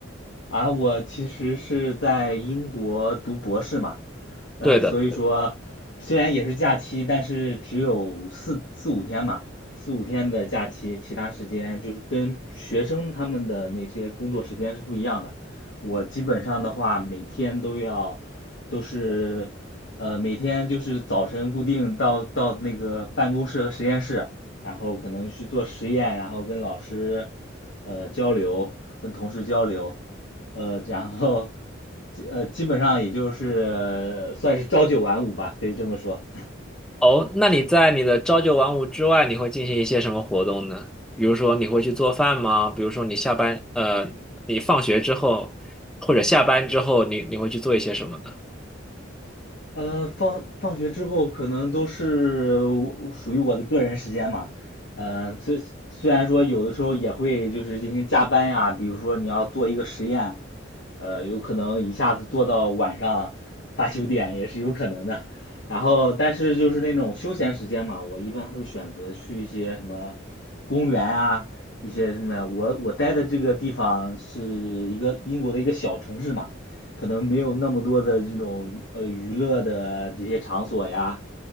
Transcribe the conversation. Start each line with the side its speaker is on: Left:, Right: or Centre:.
Left: 啊，我其实是在英国读博士嘛。呃，
Centre: 对的。
Left: 所以说虽然也是假期，但是只有四四五天嘛，四五天的假期，其他时间就是跟学生他们的那些工作时间是不一样的。我基本上的话，每天都要都是呃每天就是早晨固定到到那个办公室和实验室，然后可能去做实验，然后跟老师呃交流，跟同事交流。呃，然后呃，基本上也就是呃算是朝九晚五吧，可以这么说。
Centre: 哦，那你在你的朝九晚五之外，你会进行一些什么活动呢？比如说你会去做饭吗？比如说你下班，呃，你放学之后或者下班之后，你你会去做一些什么呢？
Left: 呃，放放学之后可能都是我属于我的个人时间嘛。呃，虽虽然说有的时候也会就是进行加班呀，比如说你要做一个实验，呃，有可能一下子做到晚上八九点也是有可能的。然后，但是就是那种休闲时间嘛，我一般会选择去一些什么公园啊，一些什么呀。我我待的这个地方是一个英国的一个小城市嘛，可能没有那么多的这种呃娱乐的这些场所呀，